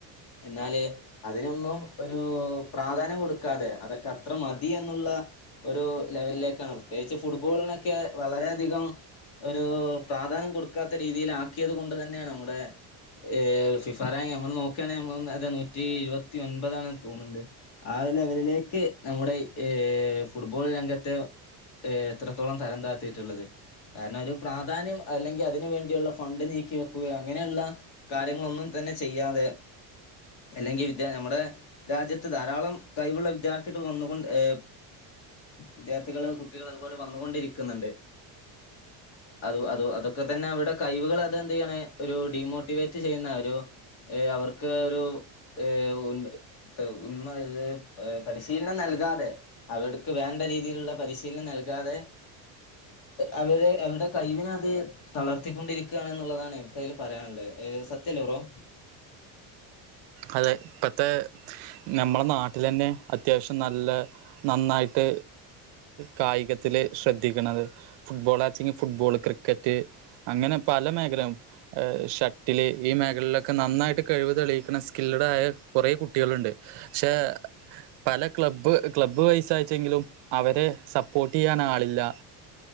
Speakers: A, on the left; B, on the right.
A: എന്നാല് അതിനൊന്നും ഒരു പ്രാധാന്യം കൊടുക്കാതെ അതൊക്കെ അത്ര മതി എന്നുള്ള ഒരു ലെവലിലേക്കാണ് പ്രത്യേകിച്ച് ഫുട്ബോളിനൊക്കെ വളരെയധികം ഒരു പ്രാധാന്യം കൊടുക്കാത്ത രീതിലാക്കിയത് കൊണ്ട് തന്നെ നമ്മുടെ ഏ ഫിഫ റാങ്ക് നമ്മൾ നോക്കാണെങ്കി നമ്മ നൂറ്റി ഇരുപത്തി ഒൻപതാണ് തോന്ന്ണ്ട് ആ ലെവലിലേക്ക് നമ്മുടെ ഏ ഫുട്ബോൾ രംഗത്തെ എത്രത്തോളം തരം താത്തിയിട്ടുള്ളത് കാരണം ഒരു പ്രാധാന്യം അല്ലെങ്കി അതിന് വേണ്ടിയുള്ള ഫണ്ട് നീക്കി വെക്കുകയോ അങ്ങനെള്ള കാര്യങ്ങളൊന്നും തന്നെ ചെയ്യാതെ അല്ലെങ്കി വിദ്യ നമ്മുടെ രാജ്യത്ത് ധാരാളം കഴിവുള്ള വിദ്യാർത്ഥികൾ വന്നുകൊണ്ട് ഏ വിദ്യാർത്ഥികൾ കുട്ട്യാളും അതുപോലെ വന്നുകൊണ്ടിരിക്കുന്നുണ്ട് അത് അതൊക്കെത്തെന്നെ അവരുടെ കഴിവുകൾ അത് എന്താണ് ഒരു ഡിമോ ട്ടിവേറ്റ് ചെയ്യുന്ന ഒരു അവർക്ക് ഒരു <unintelligible> പരിശീലനം നൽകാതെ അവർക്ക് വേണ്ട രീതിയിലുള്ള പരിശീലനം നൽകാതെ അവര് അവരുടെ കൈവിനെ അത് തളർത്തിക്കൊണ്ടിരിക്കാണ് ന്നുള്ളതാണ് എനിക്കതിൽ പറയാള്ളത് ഏ സത്യല്ലേ ബ്രോ
B: അതെ ഇപ്പത്തെ നമ്മടെ നാട്ടിലെന്നെ അത്യാവശ്യം നല്ല നന്നായിട്ട് കായികത്തില് ശ്രദ്ധിക്കണത് ഫുട്ബോളാച്ചിങ്‌ ഫുട്ബോള് ക്രിക്കറ്റ് അങ്ങനെ പല മേഖലയും ഷട്ടില് ഈ മേഖലൊക്കെ നന്നായിട്ട് കഴിവ് തെളിയിക്കണ സ്കില്ലഡായ കൊറേ കുട്ടികള്ണ്ട് പക്ഷേ പല ക്ലബ്ബ് ക്ലബ്ബ് പൈസയച്ചെങ്കിലും അവരെ സപ്പോർട്ട് ചെയ്യാൻ ആളില്ല